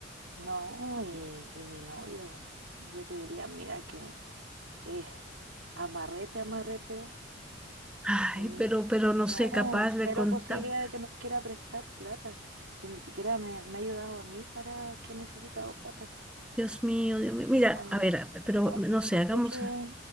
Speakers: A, on the right; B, in the centre.
A: no, y, y mi novio, yo te diría, amiga, que es amarrete, amarrete
B: Ay,
A: Ni-
B: pero, pero no
A: no,
B: sé, capaz le
A: cero
B: contamos.
A: posibilidad de que nos quiera prestar plata. Si ni siquiera me, me ha ayudado a mí para que he necesitado plata.
B: Dios mío, Dios mío. Mira,
A: Ah,
B: a ver, a- pero
A: no,
B: no sé,
A: no
B: hagamos,
A: sé qué.